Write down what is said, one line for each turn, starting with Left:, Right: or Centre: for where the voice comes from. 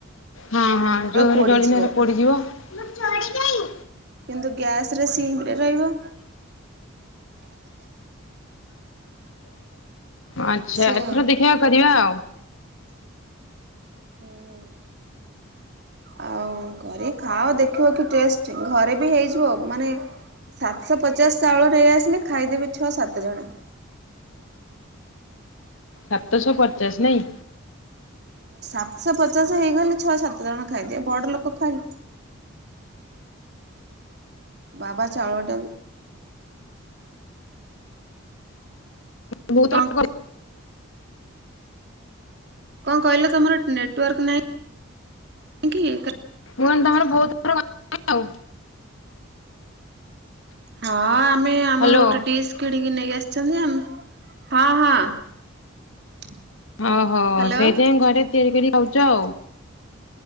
Left: ହଁ ହଁ ଜୋରରେ
Right: ପୋଡିଯିବ
Left: ଜଳିରେ ହେରା ପୋଡିଯିବ। ମୋ ଚଡ଼ି କାଇଁ
Right: କିନ୍ତୁ ଗ୍ୟାସରେ ସିମ ରେ ରହିବ।
Left: ଆଚ୍ଛା
Right: ସିଏ
Left: ଏଥର ଦେଖିବା କରିବା ଆଉ। <inaudible>
Right: ହୁଁ ଆଉ କରି ଖାଅ ଦେଖିବ କି ଟେଷ୍ଟ ଘରେ ବି ହେଇଯିବ ମାନେ ସାତଶ ପଚାଶ ଚାଉଳ ନେଇଆସିଲେ ଖାଇଦେବି ଛଅ ସାତ ଜଣ।
Left: ସାତଶହ ପଚାଶ ନାଇଁ।
Right: ସାତଶ ପଚାଶ ହେଇଗଲେ ଛଅ ସାତ। ସାତ ଜଣ ଖାଇଦେବେ ବଡ ଲୋକ ଖାଇଲେ। ବାବା ଚାଉଳଟା।
Left: ମୁଁ କହିଲି
Right: ପାଙ୍କ କଣ କହିଲ ତମର ନେ ନେଟୱାର୍କ ନାହିଁ ହିଁକି।
Left: କୁହନ୍ ତମର ବହୁତର କ ଆଉ।
Right: ହଁ ଆ। ଆମେ ଆମର
Left: ହ୍ୟାଲୋ।
Right: ଗୋଟେ ଡିସ୍ କିଣିକି ନେଇ ଆସିଛନ୍ତି ଆମେ। ହଁ ହଁ।
Left: ଓହୋ
Right: ହ୍ୟାଲୋ
Left: ସେଇଥିପାଇଁ ଘରେ। ତିଆରି କରି ଖାଉଛ ଆଉ।